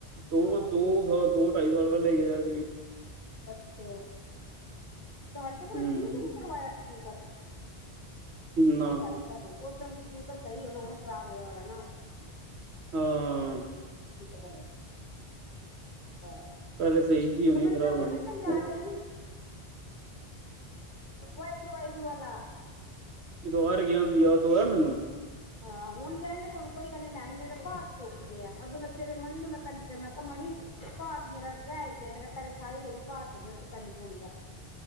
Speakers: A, on the right; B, on the left.
A: ਦੋ
B: ਹਾਂ
A: ਦੋ ਦੋ ਢਾਈ ਸਾਲ ਪਹਿਲੇ ਕੇਹਾ ਸੀ।
B: ਅੱਛਾ! ਹਾਲੇ ਤੋ ਕੋਲ
A: ਹੂੰ
B: ਠੀਕ ਨੀ ਕਰਵਾਇਆ ਸੀ। ਕਰ
A: ਨਾ
B: ਦੋ ਢਾਈ ਸਾਲ ਹੇ ਹੋਉਹ ਸਪੀਕਰ ਸਹੀ ਹੋਣਾ ਏ, <inaudible> ਉਹ ਨਾ ਉਹ ਖਰਾਬ ਐਲਾ ਨਾ
A: ਹਮ
B: ਬ ਹਹ
A: ਪਹਿਲੇ
B: ਤੇ
A: ਸਹੀ ਸੀ ਹੁਣੀ
B: ਮੈਨੂੰ
A: ਖ਼ਰਾਬ ਹੋਣੀ
B: ਕੱਲ ਤੱਕ ਲਿਆ
A: ਹੂੰ
B: ਦਈ ਓ, ਵਾਏ ਗੁਰੂ, ਵਾਏ ਗੁਰੂ ਵਾਲਾ।
A: ਇਦ ਵਾਰ ਗਿਆ। ਯਾਦ ਦੁਆਇਆ ਮੈਨੂੰ। <unintelligible>
B: ਹਾਂ ਹੁਣ ਜਾਏਗਾ ਤੇਣ ਕੋਈ ਗੱਲ ਨੀ ਲਏ ਮੇਰਾ ਭਾਰ ਰੁਕ ਗਿਆ ਅੱਗੇ ਮੈਂ ਸਵੇਰੇ ਮਨੀ ਨੂੰ ਮੈਂ ਕਹਿੰਦੀ ਪ ਮੈਂ ਕਿਹਾ ਮਨੀ <unintelligible> ਪਾਠ ਮੇਰਾ ਰਹਿ ਹੀ ਗਿਆ। ਮੇਰਾ ਪੈਰੇ ਸਾਰੀ ਦਿਣੀ ਪਾਠ ਸਦਾ ਸੀ ਪੈਲੀ ਪ ਪੁੜੀ ਦਾ